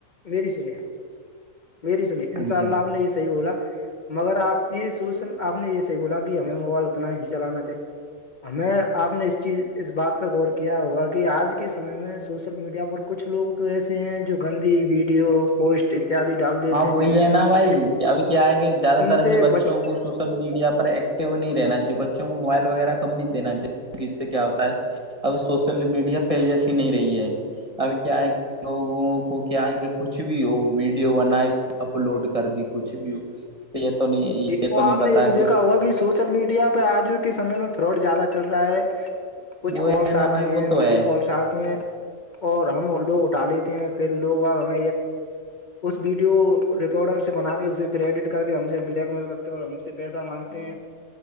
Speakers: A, on the left; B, on the right.
A: ویری سنیے ویری سنیے
B: ہاں
A: ان شاء
B: جی
A: اللہ آپ نے یہ صحیح بولا مگر آپ یہ سوچ آپ نے یہ صحی بولا کہ ہمیں موبائل اتنا ہی چلانا چاہ ہمیں آپ نے اس چیز اس بات پہ غور کیا ہوا کہ آج کے سمے میں سوشل میڈیا پر کچھ لوگ تو ایسے ہیں جو گندی ویڈیو پوسٹ اتیادی ڈال دیتے
B: ہاں وہی
A: ہیں
B: ہے نا
A: ان
B: بھائی
A: سے
B: کہ ابھی کیا ہے کہ زیادہ
A: ان
B: تر سے بچوں
A: بچ
B: کو سوشل میڈیا پر ایک نہیں رہنا چاہیے بچوں کو موبائل وغیرہ کم نہیں دینا چاہی کی اس سے کیا ہوتا ہے اب سوشل میڈیا پہلے جیسی نہیں رہی ہے ابھی کیا ہے لوگوں کو کیا ہے کہ کچھ بھی ہو بنا اپلوڈ کر دی کچھ بھی اس یہ تو نہیں
A: جی
B: یہ
A: اور
B: تو نہیں
A: آپ نے
B: بتا
A: یہ بھی دیکھا
B: کہ
A: ہوگا کہ سوع سوشل میڈیا پہ آج کے سمے میں فراڈ زیادہ چل رہا ہے کچھ
B: وہ
A: کالس
B: ہے نا
A: آتی
B: بھائی
A: ہیں
B: وہ تو
A: ویڈیو
B: ہے
A: کالس آتی ہیں اور ہم لوگ اٹھا لیتے ہیں پھر لوگ ہم اس ویڈیو ریکارڈر سے بنا کے اسے پھر ایڈٹ کر کے ہم سے بلیک مل کرتے اور ہم سے پیسہ مانگتے ہیں